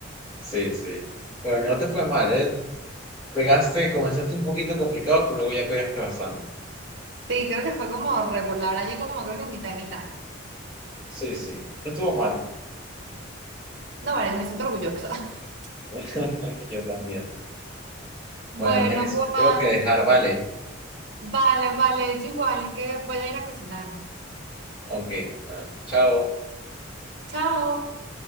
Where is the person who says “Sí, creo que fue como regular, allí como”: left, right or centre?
Right